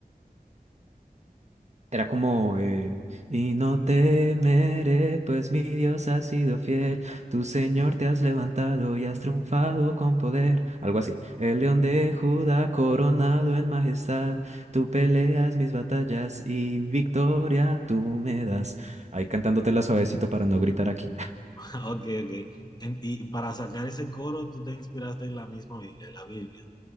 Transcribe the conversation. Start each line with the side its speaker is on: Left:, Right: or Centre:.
Right: Era como, eh, y no temeré, pues mi Dios ha sido fiel, tu Señor te has levantado y has triunfado con poder, algo así. El león de Judá coronado en majestad, tú peleas mis batallas y victoria tú me das. Ahí cantándotela suavecito para no gritar aquí.
Left: ok, <laughs> ok. ok. En- y para sacar ese coro, tú te inspiraste en la misma Biblia, la Biblia.